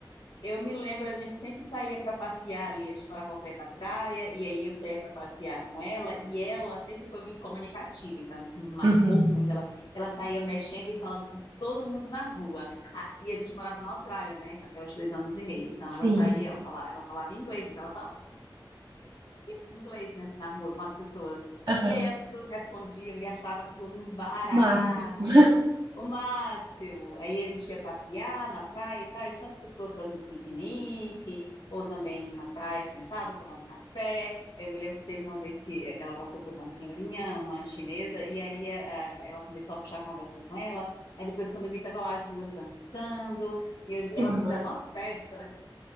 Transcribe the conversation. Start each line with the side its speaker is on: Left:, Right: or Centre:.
Left: Eu me lembro, a gente sempre saía para passear ali, a gente morava ao pé da praia, e aí eu saía para passear com ela, e ela sempre foi muito comunicativa, então isso me marcou
Right: Uhum.
Left: muito. Ela, ela saía mexendo e falando com todo mundo na rua. Ah, e a gente morava na Austrália, né, até os dois anos e meio. Então
Right: Sim.
Left: ela saía, ela falava, ela falava inglês, então ela em inglês, né, na rua com as pessoas.
Right: Aham.
Left: E aí as pessoas respondiam e achava aquilo um barato,
Right: Máximo.
Left: o máximo. Aí a gente ia passear na praia e tal, e tinha as pessoas fazendo piquenique, ou também na praia sentada, tomando café. Eu me lembro que teve uma vez que ela passou por uma senhorinha, uma chinesa, e aí a- a- ela começou a puxar a conversa com ela. Aí depois, quando eu vi, tava lá as duas dançando, e eu-
Right: Que
Left: elas
Right: ma-
Left: fizeram uma festa.